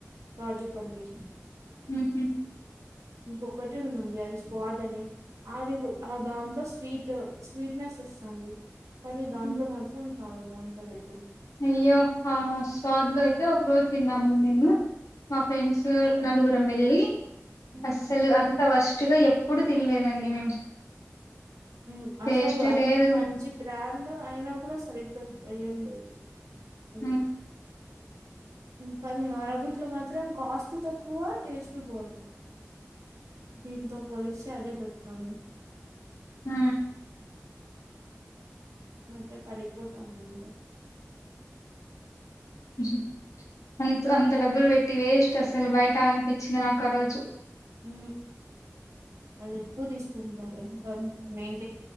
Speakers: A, on the right; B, on the left.
A: కాజు పన్నీర్
B: ఉ హు
A: ఇంకో ఒకటి ఉందండి అది స్వాద్ అని అది ఆ దాంట్లో స్వీట్ స్వీట్నెస్ వస్తుంది కానీ దాంట్లో
B: హ్మ్.
A: మాత్రం చాలా బాగా ఉంటంది ఎప్పుడు
B: అయ్యో ఆ స్వాద్ లో అయితే ఒక రోజు తిన్నాము మేము మా ఫ్రెండ్స్ నలుగురం వెళ్ళి
A: మ్మ్
B: అస్సలు అంత వర్షం దీంట్లో ఎప్పుడు తినలేదండి మేము
A: ఆ అసలు
B: టేస్ట్
A: అంత
B: లేదు.
A: మంచి బ్రాండ్ అయినా కూడా సరితు ఏం లేదు అది
B: హ్మ్.
A: కానీ అరబిక్ లో మాత్రం కాస్ట్ తక్కువ టేస్ట్ పోదు దీంతో పోలిస్తే అదే బెటర్ అండి
B: ఆ
A: ఈ మధ్య పడిపోతావుంది
B: ఉ హు అ అంత డబ్బులు పెట్టి వేస్ట్ అసలు బయట అనిపించింది నాకు ఆ రోజు
A: ఉ అది ఎక్కువ తీసుకుంటున్నా మేను